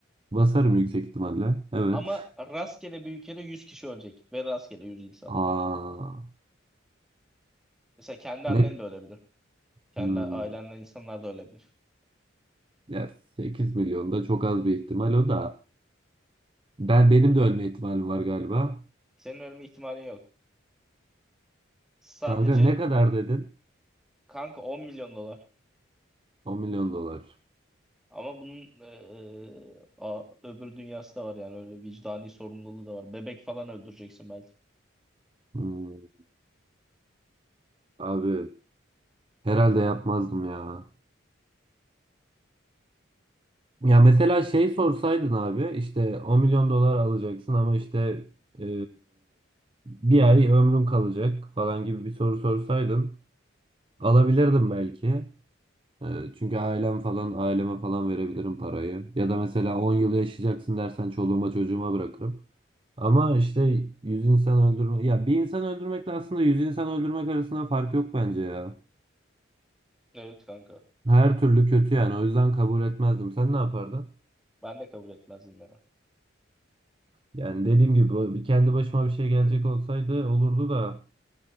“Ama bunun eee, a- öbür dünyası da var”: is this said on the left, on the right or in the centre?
Centre